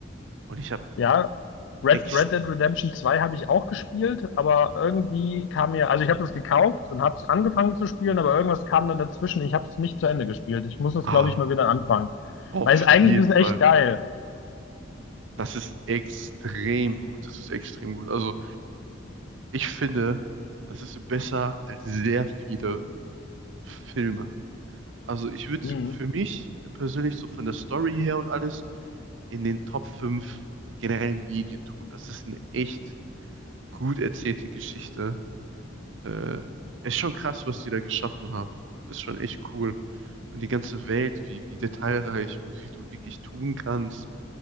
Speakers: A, on the right; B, on the left.
A: Und ich habe
B: Ja, Red,
A: echt,
B: Red Dead Redemption zwei habe ich auch gespielt, aber irgendwie kam mir, also ich habe das gekauft und habe es angefangen zu spielen, aber irgendwas kam dann dazwischen. Ich habe es nicht zu Ende gespielt. Ich muss das,
A: ah,
B: glaube ich, mal wieder anfangen.
A: auf
B: Weil es eigentlich
A: jeden
B: ist es
A: Fall.
B: echt geil.
A: Das ist extrem gut. Das ist extrem gut. Also ich finde, das ist besser als sehr viele Filme. Also ich würde
B: Hm,
A: für mich persönlich so von der Story her und alles in den Top 5 generellen Medien tun. Das ist eine echt gut erzählte Geschichte Äh, ist schon krass, was die da geschaffen haben. Das ist schon echt cool. Und die ganze Welt, wie, wie detailreich und wie du wirklich tun kannst,